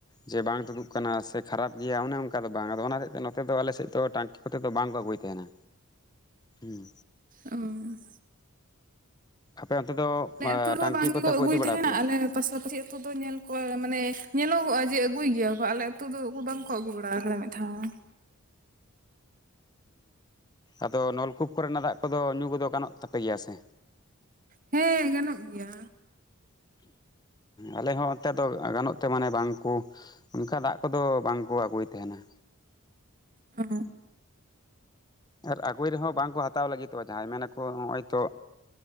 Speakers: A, on the left; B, on the right.
A: ᱡᱮ ᱵᱟᱝ ᱛᱩᱫᱩᱜ ᱠᱟᱱᱟ ᱥᱮ ᱠᱷᱟᱨᱟᱯ ᱜᱮᱭᱟ ᱚᱱᱮ ᱚᱱᱠᱟ ᱫᱚ ᱵᱟᱝ ᱟᱫᱚ ᱚᱱᱟ ᱦᱚᱛᱮᱡ ᱛᱮ ᱱᱚᱛᱮ ᱫᱚ ᱟᱞᱮᱥᱮᱫ ᱫᱚ ᱴᱟᱝᱠᱤ ᱠᱚᱛᱮᱫ ᱫᱚ ᱵᱟᱝ ᱠᱚ ᱟᱹᱜᱩᱭ ᱛᱟᱦᱮᱱᱟ᱾ ᱦᱩᱸ᱾
B: ᱚᱸ
A: ᱟᱯᱮ ᱚᱱᱛᱮ ᱫᱚ
B: ᱟᱞᱮ ᱟᱹᱛᱩ ᱨᱮᱦᱚᱸ
A: ᱴᱟᱝᱠᱤ
B: ᱵᱟᱝᱠᱚ
A: ᱠᱚᱛᱮ ᱠᱚ
B: ᱟᱹᱜᱩᱭ
A: ᱤᱫᱤ ᱵᱟᱲᱟ
B: ᱛᱟᱦᱮᱱᱟ
A: ᱯᱮᱭᱟ
B: ᱟᱞᱮ ᱯᱟᱥᱟᱯᱟᱹᱥᱤ ᱟᱹᱛᱩ ᱫᱚ ᱧᱮᱞ ᱠᱚᱣᱟ ᱢᱟᱱᱮ ᱧᱮᱞᱚᱜᱚᱜᱼᱟ ᱡᱮ ᱟᱹᱜᱩᱭ ᱜᱮᱭᱟ ᱠᱚ ᱟᱞᱮ ᱟᱹᱛᱩ ᱫᱚ ᱵᱟᱝ ᱵᱟᱠᱚ ᱟᱹᱜᱩ ᱵᱟᱲᱟ ᱠᱟᱫᱟ ᱢᱤᱫᱫᱷᱟᱣ ᱦᱚᱸ᱾
A: ᱟᱫᱚ, ᱱᱚᱞᱠᱩᱯ ᱠᱚᱨᱮᱱᱟᱜ ᱫᱟᱜ ᱠᱚᱫᱚ ᱧᱩ ᱠᱚᱫᱚ ᱜᱟᱱᱚᱜ ᱛᱟᱯᱮ ᱜᱮᱭᱟ ᱥᱮ?
B: ᱦᱮᱸ ᱜᱟᱱᱚᱜ ᱜᱮᱭᱟ᱾
A: ᱟᱞᱮ ᱦᱚᱸ ᱚᱱᱛᱮ ᱫᱚ ᱜᱟᱱᱚᱜ ᱛᱮ ᱢᱟᱱᱮ ᱵᱟᱝ ᱠᱚ ᱚᱱᱠᱟ ᱫᱟᱜ ᱠᱚᱫᱚ ᱵᱟᱝ ᱠᱚ ᱟᱹᱜᱩᱭ ᱛᱟᱦᱮᱱᱟ᱾
B: ᱚ
A: ᱟᱨ ᱟᱹᱜᱩᱭ ᱨᱮᱦᱚᱸ ᱵᱟᱝᱠᱚ ᱦᱟᱛᱟᱣ ᱞᱟᱹᱜᱤᱫᱚᱜᱼᱟ ᱡᱟᱦᱟᱸᱭ ᱢᱮᱱ ᱟᱠᱚ ᱱᱚᱜᱼᱚᱭ ᱛᱚ